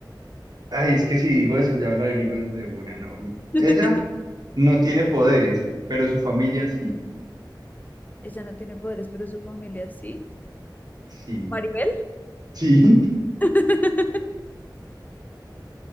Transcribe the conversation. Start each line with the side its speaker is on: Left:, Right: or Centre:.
Right: Ay, es que si digo eso ya lo averiguas de una, no. mi-
Left: <laughs>
Right: Ella no tiene poderes, pero su familia sí.
Left: Ella no tiene poderes, pero su familia sí.
Right: Sí.
Left: Maribel.
Right: Sí.
Left: <laughs>